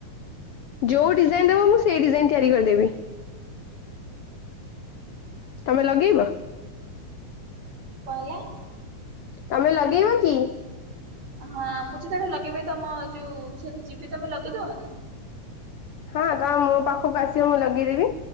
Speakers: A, on the left; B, on the right.
A: ଯୋଉ ଡିଜାଇନ୍ ଦେବ ମୁଁ ସେଇ ଡିଜାଇନ୍ ତିଆରି କରିଦେବି ତମେ ଲଗେଇବ
B: କହ ହେଲା
A: ତମେ ଲଗେଇବ କି
B: ହଁ ମୁଁ ଯେତେବେଟେ ଲଗେଇବି ତମ ଯୋଉ ସେଠି ଯିବି ତମେ ଲଗେଇଦବନି
A: ହଁ ତ ମୋ ପାଖକୁ ଆସିବ ମୁଁ ଲଗେଇଦେବି